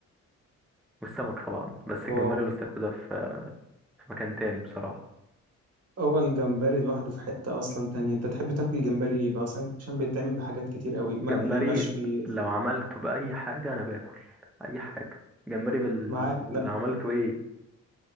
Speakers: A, in the centre; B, on the right (about 55°).
A: والسمك طبعا بس الجمبري
B: واو
A: والاستاكوزا في في مكان تاني بصراحة
B: اول جمبري لوحده في حتة اصلا تانية انت تحب تاكل الجمبري ايه بقى اصلا عشان بيتعمل بحاجات كتير قوي
A: الجمبري
B: مقلي مشوي
A: لو عملته بأي حاجة أنا باكل أي حاجة جمبري بال...
B: معاك ن-
A: لو عملته إيه